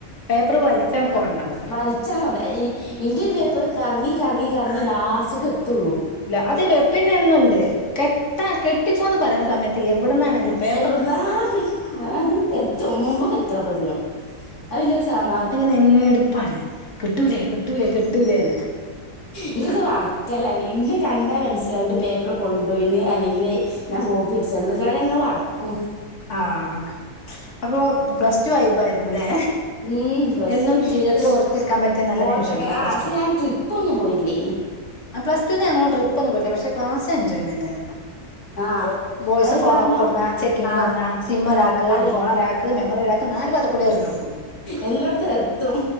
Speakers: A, on the left; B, on the left.
A: പേപ്പർ വലിച്ചംങ്ങ് കൊണ്ടോവും
B: വലിച്ചണ് കൊണ്ട ഈ ഇന്റെ ഒരു പേപ്പർ കറങ്ങി കറങ്ങി കറങ്ങി ലാസ്റ്റ്ക്ക് എത്തോള്ളൂ
A: ല്ല അത് വെ പിന്നെന്നുണ്ട് കെട്ടാ കെട്ടിക്കോന്ന് പറയണ സമയത്ത് എവിടുന്നാണെങ്കിലും പേ
B: ഇവിടുന്നാ കി ആഹ് എത്തും മുമ്പ്ക്കെത്തും അപ്പത്തിനും അയ്ലൊരു സമാധാ
A: നെഞ്ഞ്ടുപ്പാണ് കിട്ടൂലേ കിട്ടൂലേ കിട്ടൂലേന്ന്
B: ഇൻകൊക്കെ വർക്കല ഇൻ്റെ കണ്ടാ മനസ്സിലാവുംന്റെ പേപ്പർ കൊണ്ടു പോയിന്ന് അല്ലെങ്കില് ഞാൻ കോപ്പി അടിച്ചു <unintelligible> വറക്കും
A: ആഹ് അപ്പൊ പ്ലസ് ടു വൈബ് ആയിരുന്നുല്ലെ
B: ഉം പ്ലസ്
A: എന്നും
B: ടു ഒക്കെ
A: ജീവിതത്തിൽ
B: പക്ഷെ
A: ഓർത്തിരിക്കാൻ പറ്റിയ നല്ല
B: ഓർത്തൊക്കെ
A: നിമിഷങ്ങളാ
B: ആ
A: പ്ലസ്ടൂല്
B: പക്ഷെ ഞാൻ ട്രിപ്പ് ഒന്നും പോയില്ലേനി
A: ആഹ് പ്ലസ്ടുന്ന് ഞങ്ങള് ട്രിപ്പൊന്നും പോയിട്ടില്ല പക്ഷെ ക്ലാസ് എൻജോയ്മെൻ്റാരുന്നു
B: ആഹ്
A: ബോയ്സ്
B: അത്
A: ഫോണൊക്കെ
B: കാരണം
A: കൊടുന്നാ ചെക്ക് ങ്ങനെ
B: ആഹ്
A: വന്നാ സിമ്മ് ഒരാക്ക്
B: അൽ
A: ഫോണരാക്ക് മെമ്മറി ഒരാക്ക് നാലും ബാത്ത്കൂടി എറിഞ്ഞ് കൊടുക്കും
B: എല്ലാടത്തും എത്തും